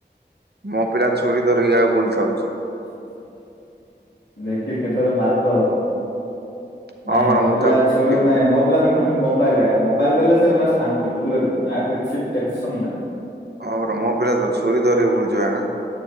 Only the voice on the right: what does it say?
ମୋ ପିଲା ଛୁରୀ ଧରିକି ଆଉ ବୁଲିଥାଉଛି।
ହଁ ପରା
ମୁଁ
ତାକୁ କିଛି
କହୁନି
ହଁ ପରା ମୋ ପିଲା ତ ଛୁରୀ ଧରିକି ବୁଲୁଛି ଭାଇନା